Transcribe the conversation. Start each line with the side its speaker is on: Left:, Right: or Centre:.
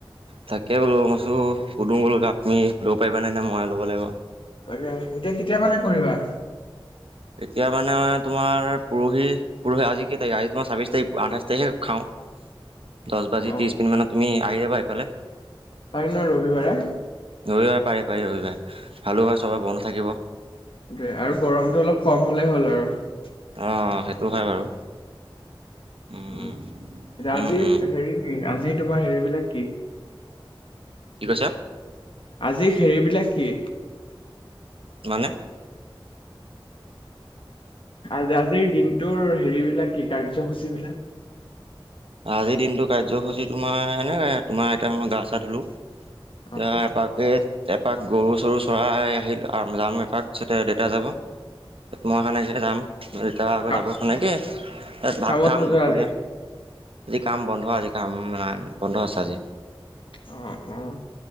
Right: তাকে বোলো মইতো সুধো বোলো তাত তুমি লব পাৰিবা নে মই ল'ব লাগিব।
Left: তাকে এতিয়া কেতিয়া মানে কৰিবা-
Right: এতিয়া মানে তোমাৰ পৰহি পৰহি আজি কেই তাৰিখে আজি তোমাৰ ছাব্বিছ তাৰিখ আঠাইছ তাৰিখে খাওঁ।
Left: <inaudible>
Right: দহ বাজি
Left: অ
Right: ত্ৰিশ মিনিট মানত তুমি আহি যাবা এইফালে।
Left: পাৰিবানে ৰবিবাৰে।
Right: ৰবিবাৰে পাৰি পাৰি হৈ হালোৱাঁ চবৰে বন্ধ থাকিব।
Left: সেইয়া আৰু গৰমটো অলপ কম হ'লেই হ'ল আৰু
Right: অ সেইটো হয় বাৰু উম
Left: উ এতিয়া
Right: উম
Left: আজিৰ
Right: উম
Left: হেৰি আজি তোমাৰ হেৰিবিলাক কি?
Right: কি কৈছ?
Left: আজি হেৰিবিলাক কি।
Right: মানে?
Left: আজ আজিৰ দিনটোৰ হেৰিবিলাক কি কাৰ্যসূচী বিলাক।
Right: আজিৰ দিনটো কাৰ্যসূচী তোমাৰ, সেয়াই তোমাৰ এতিয়া মই গা চা ধুলোঁ।
Left: অ
Right: দে
Left: অ।
Right: এপাকেট এপাক গৰু চৰু চৰাই আহিলো, আৰু যাম এপাক পাছতে দেউতা যাব মই সেনেকে যাম দেউতা আকৌ
Left: কা
Right: যাব সেনেকে ভাত
Left: কামত
Right: খাম
Left: নোযোৱা
Right: দুপৰীয়া
Left: আজি?
Right: আজি কাম বন্ধ, আজি কাম বন্ধ আছে আজি।
Left: অহঁ অহঁ,